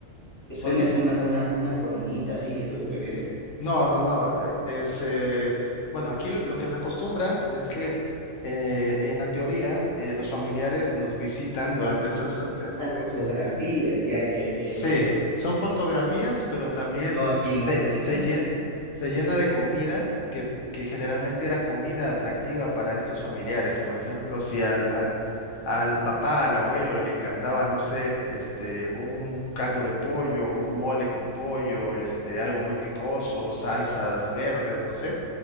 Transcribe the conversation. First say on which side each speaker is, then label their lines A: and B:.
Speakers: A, on the left; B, on the left.
A: ¿Te
B: se
A: pones
B: di-
A: una, una, una coronita así? ¿Eso te refieres?
B: No, no, no. eh, es, eh, bueno, aquí lo que se acostumbra es que eh, en la teoría eh, los familiares nos visitan durante esas fechas,
A: Las
B: ¿no?
A: fotografías, ya, ya, ya,
B: Sí,
A: ya, ya. ok,
B: son
A: ok.
B: fotografías, pero también
A: No, aquí no.
B: se, se
A: Ok,
B: llen- se llena de comida que, que generalmente era comida atractiva para estos familiares. Por ejemplo, si al, al, al papá, al abuelo le encantaba, no sé, este, un caldo de pollo, un mole con pollo, este, algo muy picoso, salsas verdes, no sé.